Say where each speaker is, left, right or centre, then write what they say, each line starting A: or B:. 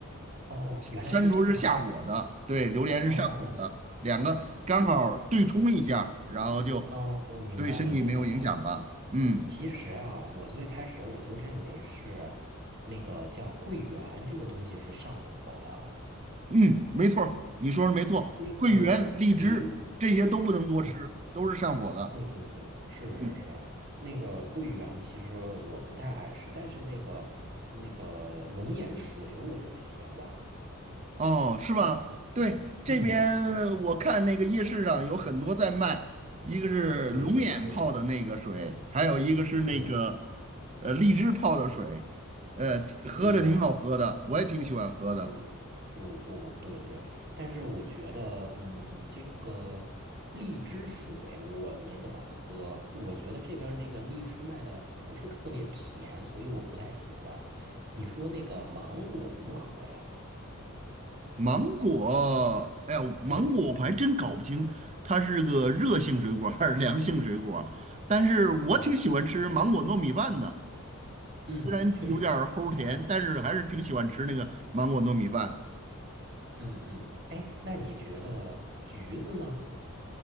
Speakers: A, on the right; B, on the right.
A: 哦，原来是这样呀。
B: 山竹是下火的，对，榴莲是上火的，
A: 哦，
B: 两个刚好对冲一下，
A: 我
B: 然后就
A: 哦，明白了，
B: 对身体没有影响吧，
A: 明白了。
B: 嗯。
A: 其实啊，我最开始我就认为是那个叫桂圆这个东西是上火的，
B: 嗯，没错儿你说的没错，
A: 那个刘，
B: 桂圆、荔枝这些都不能多吃，
A: 嗯，
B: 都是上火的。
A: 对对对，是是是，
B: 嗯，
A: 那个桂圆其实我不太爱吃，但是那个那个龙眼水我就喜欢。
B: 哦，是吧？对，这边我看那个夜市上有很多在卖，
A: 嗯，
B: 一个是龙眼泡的那个水，
A: 对对对。
B: 还有一个是那个
A: 对，
B: 呃荔枝泡的水，呃，喝着挺好喝的，
A: 我，
B: 我也挺喜欢喝的。
A: 我，我，我，对对，但是我觉得，嗯，这个荔枝水我没怎么喝，我觉得这边儿那个荔枝卖的不是特别甜，所以我不太喜欢。你说那个芒果如何呀？
B: 芒果，哎呀，芒果我还真搞不清它是个热性水果还是凉性水果，
A: 对，
B: 但是我挺喜欢吃芒果糯米饭的，
A: 哦，嗯，
B: 虽然有点儿齁甜，
A: 确实是比较甜。
B: 但是还是挺喜欢吃那个芒果糯米饭。
A: 对，嗯嗯，哎，那你觉得橘子呢？